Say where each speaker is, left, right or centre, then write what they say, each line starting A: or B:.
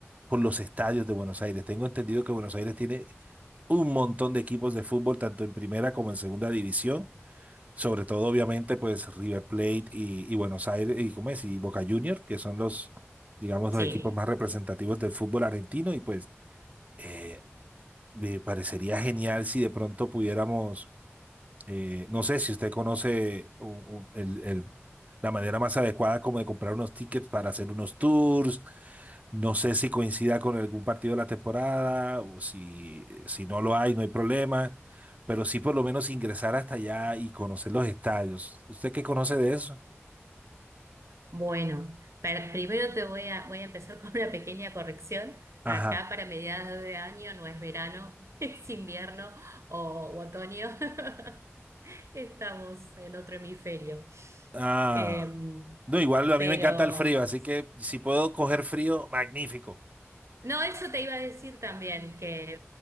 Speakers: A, on the right; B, on the right.
A: por los estadios de Buenos Aires. Tengo entendido que Buenos Aires tiene un montón de equipos de fútbol, tanto en primera como en segunda división, sobre todo obviamente pues River Plate y, y Buenos Aires y, ¿cómo es? y Boca Juniors, que son los, digamos, los
B: Sí.
A: equipos más representativos del fútbol argentino y pues eh, me parecería genial si de pronto pudiéramos eh, no sé si usted conoce u- u- el- el- la manera más adecuada como de comprar unos tickets para hacer unos tours. No sé si coincida con algún partido de la temporada o si, si no lo hay, no hay problema. Pero sí por lo menos ingresar hasta allá y conocer los estadios. ¿Usted qué conoce de eso?
B: Bueno, per- primero te voy a, voy a empezar <laughs> con una pequeña corrección.
A: Ajá.
B: Acá para mediados de año no es verano, <laughs> es invierno o, u otoño. <laughs> Estamos en otro hemisferio.
A: Ah.
B: Em,
A: No, igual a
B: pero
A: mí me encanta el frío, así que si puedo coger frío, magnífico.
B: no, eso te iba a decir también, que